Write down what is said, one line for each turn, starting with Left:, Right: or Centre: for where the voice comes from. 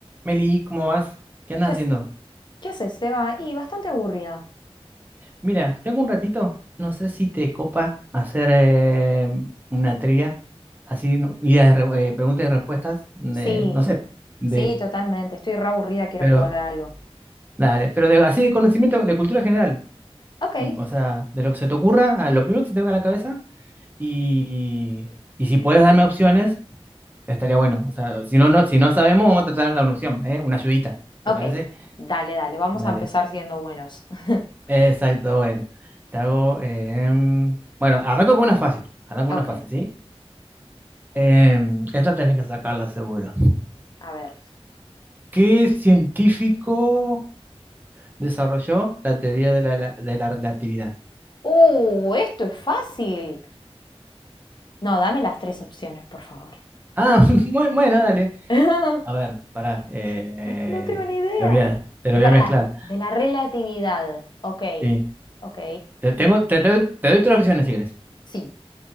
Right: Meli, ¿cómo vas? ¿Qué andas
Left: ¿Qué, hac-
Right: haciendo?
Left: qué haces, Seba? Y bastante aburrida.
Right: Mira, tengo un ratito, no sé si te copa hacer eh, una trivia, así, no- guía de re- eh, preguntas y respuestas, de-
Left: Sí,
Right: no sé, de,
Left: sí, totalmente. Estoy re aburrida, quiero
Right: pero,
Left: jugar a algo.
Right: dale, pero de, así de conocimiento, de cultura general,
Left: Ok,
Right: mm, o sea, de lo que se te ocurra, a lo primero que se te venga a la cabeza, y, y si puedes darme opciones, estaría bueno, o sea, si no, no, si no sabemos, vamos a tratar de dar una opción, ¿eh? Una ayudita, ¿te
Left: ok.
Right: parece?
Left: Dale, dale, vamos
Right: Dale.
Left: a empezar siendo buenos. <laughs>
Right: Exacto, bueno. Te hago. em, bueno, arranco con una fácil. Arranco con
Left: Ok,
Right: una fácil, ¿sí? Em, esta tenés que sacarla seguro.
Left: a ver.
Right: ¿Qué científico desarrolló la teoría de la, la- de la relatividad?
Left: ¡Uh! Esto es fácil. No, dame las tres opciones, por favor.
Right: Ah, <laughs> bu- bueno, dale.
Left: <laughs>
Right: A ver, pará. eh,
Left: No tengo ni idea.
Right: te voy a- te lo
Left: Espera,
Right: voy a mezclar.
Left: de la relatividad. Ok,
Right: Sí.
Left: ok.
Right: Te tengo, te, doy te doy tres opciones si quieres.
Left: Sí.